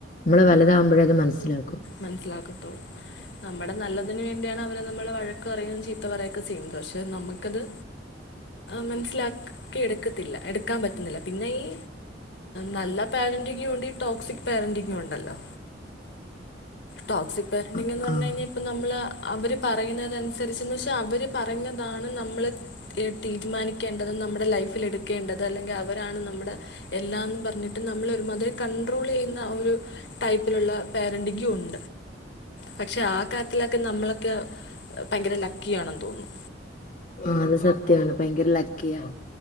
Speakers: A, on the left (about 45°); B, on the left (about 70°).
A: നമ്മള വലതാകുമ്പോഴേ അത് മനസ്സിലാക്കും
B: മനസ്സിലാക്കത്തോള്ളൂ നമ്മുടെ നല്ലതിനന് വേണ്ടിയാണ് അവര് നമ്മെ വഴക്ക പറയുന്നു ചീത്ത പറയുകൊക്കെ ചെയ്യുന്നത് പക്ഷെ നമുക്കത് മനസ്സിലാക്കി എടുക്കത്തില്ല എടുക്കാൻ പറ്റുന്നില്ല പിന്നെ ഈ നല്ല പാരൻന്റിങ്ങും ഉണ്ട് ഈ ടോക്സിക് പാരന്റിങ്ങും ഉണ്ടല്ലോ ടോസിക് പറിിങ്ന്ന്
A: ആ
B: പറഞ്ഞ
A: ആ.
B: കഴിാൽ അപ്പ നമ്മള് അവര് പറയുന്നതനുസരിച്ചെന്ന് പക്ഷെ അവര് പറഞ്ഞതാണ് നമ്മള് തീരുമാനിക്കേണ്ടത് നമ്മുടെ ലൈഫിൽ എടുക്കേണ്ടത് അല്ലെങ്കിൽ അവരാണ് നമ്മുടെ എല്ലാന്ന് പറഞ്ഞിട്ട് നമ്മൾ ഒരു മതിരി കണ്ട്രോൾ ചെയ്യുന്ന ആ ഒരു ടൈപ്പിലുള്ള പേരൻറിങ് ഉണ്ട് പക്ഷെ ആ കാര്ത്തിലൊക്കെ നമ്മളൊക്കെ ഭയങ്കര ലക്കി ആണെന്ന് തോന്നുന്നു
A: ആഹ് അത് സത്യമാണ് ഭയങ്കര ലക്കിയ